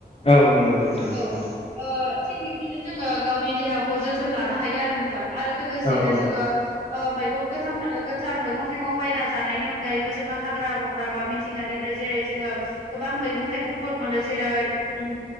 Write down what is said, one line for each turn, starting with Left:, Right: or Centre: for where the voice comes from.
Left: औ औ नंगौ नोंथां
Right: औ
Left: नंगौ
Right: ओ थिग बिब्दिनो जोङो गावनि देहाखौ जोथोन लानो हायो आरो नोंथां आरो लोगोसेनो
Left: औ औ
Right: जोङो ओ मैगं गोथां ओ गोथां मैगं थाइगं बायना जानायनि अनगायैबो जोङो हाग्रा बंग्रा बा मिथिंगानि फ्राय जेरै जोङो गोबां मैगं थाइगंफोर मोनो जेरै उम